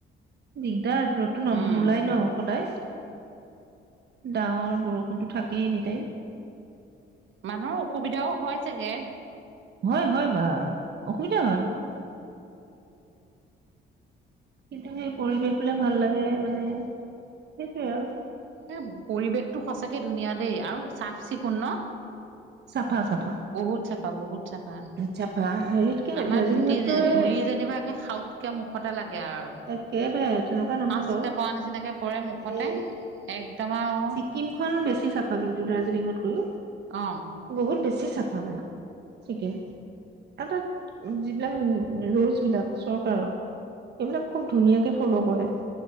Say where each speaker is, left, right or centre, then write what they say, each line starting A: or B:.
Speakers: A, on the right; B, on the right.
A: দিগদাৰ ৰ'দটো ন
B: উম
A: নোলাই ন সদায় ডাৱৰ, বৰষুণতো থাকেই এনিটাইম
B: মানুহৰ অসুবিধাও হয় চাগে
A: হয় হয় বা অসুবিধা হয়। কিন্তু সেই পৰিৱেশ বিলাক ভাল লাগে মানে সেইটোৱে আৰু
B: হে পৰিৱেশটো সঁচাকে ধুনীয়া দেই আৰু চাফ চিকুণ ন
A: চাফা চাফা
B: বহুত চাফা, বহুত চাফা
A: চাফা হেৰিতকে
B: আমাৰ
A: দাৰ্জিলিঙতকৈ
B: ধুতি যে ধূলি যেনিবা আউট কে মুখতে লাগে আৰু
A: একেবাৰে তেনেকুৱা নহয়
B: সাঁচকে
A: বাৰু
B: পৰা নিচিনাকে পৰে মুখতে
A: এই
B: একদম আৱ
A: ছিকিমখন বেছি চাফা কিন্তু দাৰ্জিলিঙতকৈও
B: অ
A: বহুত বেছি চাফা মানে ছিকিম এ তাত যিবিলাক ৰোলচ বিলাক চৰকাৰ সেইবিলাক খুব ধুনীয়াকে ফ'ল' কৰে